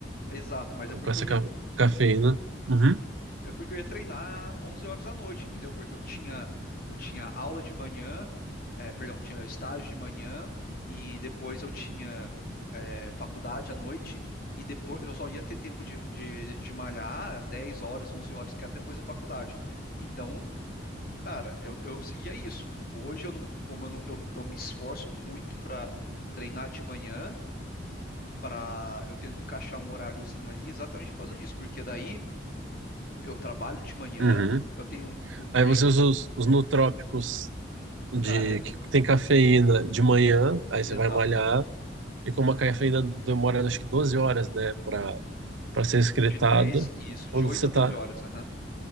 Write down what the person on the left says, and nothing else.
Exato, mas é porque
eu ia
É porque eu ia treinar onze horas da noite, entendeu? Porque eu tinha eu tinha aula de manhã, é, perdão, eu tinha estágio de manhã e depois eu tinha é, faculdade à noite e depois eu só ia ter tempo de, de, de malhar dez horas, onze horas, que era depois da faculdade. Então, cara, eu, eu seguia isso. Hoje eu não, como eu, não, eu, eu me esforço muito para treinar de manhã, para eu tento encaixar um horáriozinho ali exatamente por causa disso, porque daí eu trabalho de manhã,
eu tenho um, um break,
cara,
exato,
de 10, isso,
de 8
a 12
horas, aham.